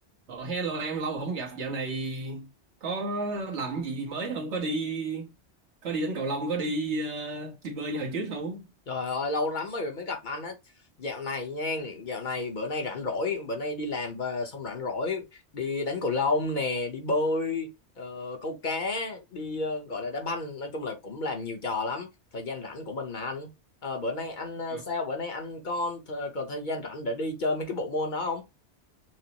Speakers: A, on the right (about 85°); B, on the left (about 45°).
A: Ồ, hello em lâu rồi không gặp dạo này có làm cái gì mới không có đi có đi đánh cầu lông có đi ờ, đi bơi như hồi trước không
B: Trời ơi lâu lắm rồi mới gặp anh á Dạo này nha Dạo này bữa nay rảnh rỗi Bữa nay đi làm về xong rảnh rỗi Đi đánh cầu lông nè Đi bơi ờ, Câu cá Đi ờ, gọi là đá banh Nói chung là cũng làm nhiều trò lắm Thời gian rảnh của mình mà anh Ờ, Bữa nay anh
A: Ừ.
B: ờ, sao Bữa nay anh con th ờ, còn thời gian rảnh để đi chơi mấy cái bộ môn đó không